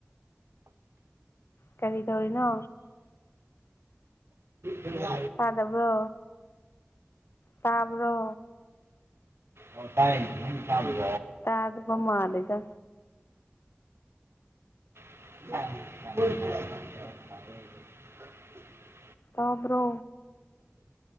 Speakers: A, on the left (about 70°); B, on the right (about 80°).
A: ꯀꯔꯤ ꯇꯧꯔꯤꯅꯣ
B: ꯎ
A: ꯆꯗꯕ꯭ꯔꯣ ꯆꯥꯕ꯭ꯔꯣ
B: ꯍ ꯇꯥꯔꯦ ꯆ
A: ꯇꯒꯄ ꯃꯥꯗꯒ
B: <unintelligible>
A: ꯇꯥꯕ꯭ꯔꯣ